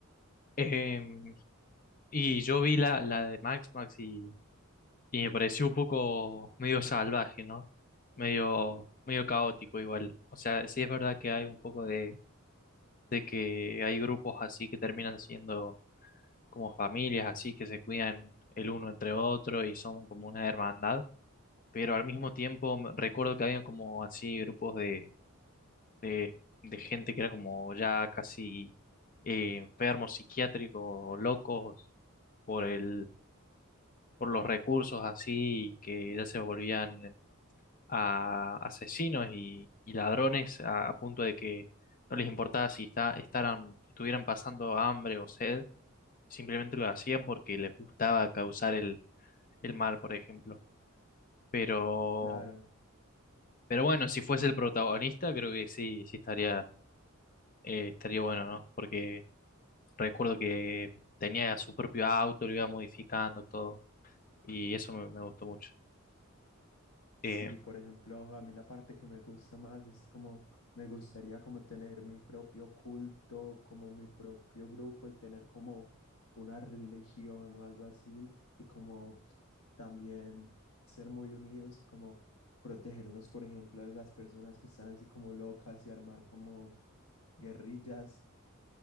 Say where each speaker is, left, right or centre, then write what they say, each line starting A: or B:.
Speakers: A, on the left; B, on the left.
A: Em, y yo vi la, la de Max Max y, y me pareció un poco medio salvaje, ¿no? Medio, medio caótico igual. O sea, sí es verdad que hay un poco de, de que hay grupos así que terminan siendo como familias así que se cuidan el uno entre otro y son como una hermandad, pero al mismo tiempo me- recuerdo que había como así grupos de, de, de gente que era como ya casi eh, enfermos, psiquiátricos o locos por el, por los recursos así y que ya se volvían a asesinos y, y ladrones a, a punto de que no les importaba si está, estaran, estuvieran pasando hambre o sed, simplemente lo hacían porque les gustaba causar el, el mal, por ejemplo. Pero,
B: Claro.
A: pero bueno, si fuese el protagonista, creo que sí, sí estaría, eh, estaría bueno, ¿no? Porque recuerdo que tenía su propio auto, lo iba modificando todo, y eso me, me gustó mucho.
B: Sí,
A: Eh,
B: por ejemplo, a mí la parte que me gusta más es como me gustaría como tener mi propio culto, como mi propio grupo y tener como una religión o algo así y como también ser muy unidos y como protegernos, por ejemplo, de esas personas que están así como locas y armar como guerrillas.